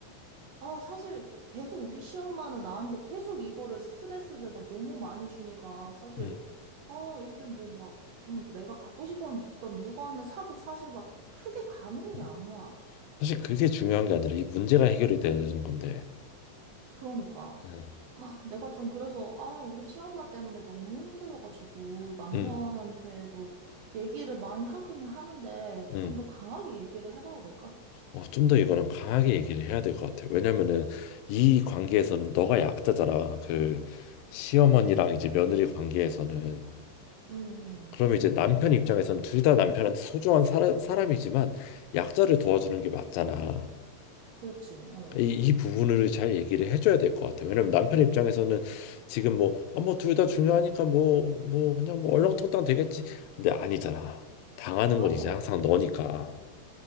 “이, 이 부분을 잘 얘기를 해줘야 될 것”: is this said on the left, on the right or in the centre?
Left